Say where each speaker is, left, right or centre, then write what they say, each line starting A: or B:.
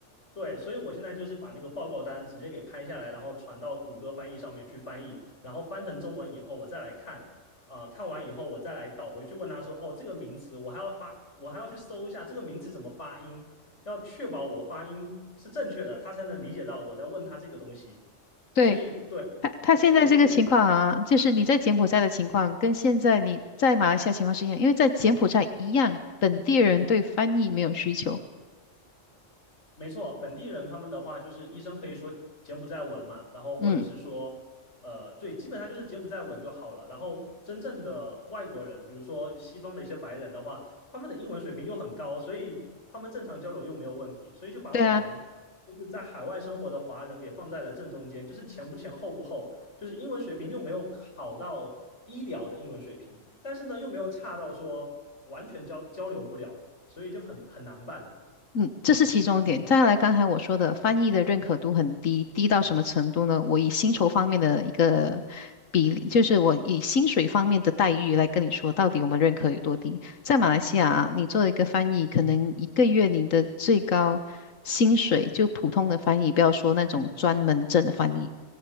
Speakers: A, on the left (about 60°); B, on the left (about 75°).
A: 对，所以我现在就是把那个报告单直接给拍下来，然后传到谷歌翻译上面去翻译，然后翻成中文以后，我再来看，啊、看完以后我再来倒回去问他说，哦，这个名词我还要发，我还要去搜一下这个名词怎么发音，要确保我发音是正确的，他才能理解到我在问他这个东西。
B: 对，
A: 所以对，
B: 他他现在这个情况啊，
A: 这个就是
B: 就是你在柬埔寨的情况，跟现在你在马来西亚情况是一样，因为在柬埔寨一样，本地人对翻译没有需求。
A: 没错，本地人他们的话就是医生可以说柬埔寨文嘛，然后或者是说，
B: 嗯，
A: 呃，对，基本上就是柬埔寨文就好了。然后真正的外国人，比如说西方的一些白人的话，他们的英文水平又很高，所以他们正常交流又没有问题，所以就把我们就是在海外生活的华人给放在了正中间，
B: 对啊，
A: 就是前不前后不后，就是英文水平又没有好到医疗的英文水平，但是呢又没有差到说完全交交流不了，所以就很很难办。
B: 嗯，这是其中一点。再来，刚才我说的翻译的认可度很低，低到什么程度呢？我以薪酬方面的一个比例，就是我以薪水方面的待遇来跟你说，到底我们认可有多低。在马来西亚啊，你做一个翻译，可能一个月你的最高薪水，就普通的翻译，不要说那种专门证的翻译，